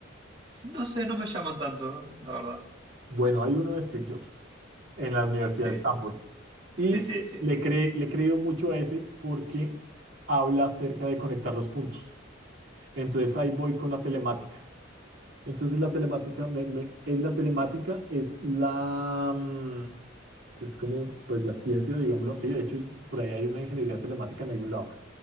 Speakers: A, on the right; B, on the right.
A: No sé, no me llaman tanto, la verdad.
B: Bueno, hay uno de Steve Jobs en la Universidad
A: Sí,
B: de Stanford. Y
A: sí, sí, sí.
B: le, cre- le he creído mucho a ese porque habla acerca de conectar los puntos. Entonces ahí voy con la telemática. Entonces la telemática me- me- es la telemática, es la, mm, es como pues la ciencia, digámoslo así. De hecho, es- por ahí hay una ingeniería telemática en algún lado.